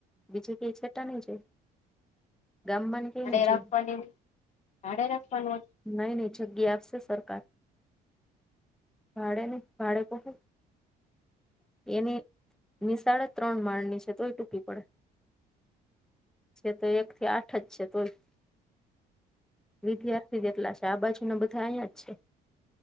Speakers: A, in the centre; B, on the left.
A: બીજે કઈ છેટં નહી જાય. ગામમાં
B: ભાડે
A: કઈ ન જાય
B: રાખવાની ભાડે રાખવાનું.
A: નહી નહી જગ્યા આપશે સરકાર ભાડે નહીં ભાડે કહો. એની નીશાળ એ ત્રણ માળની છે તોય ટૂકી પડે. છે તો એક થી આઠ જ છે તોય. વિધ્યાર્થી જેટલા છે આ બાજુના બધા અહીંયા જ છે.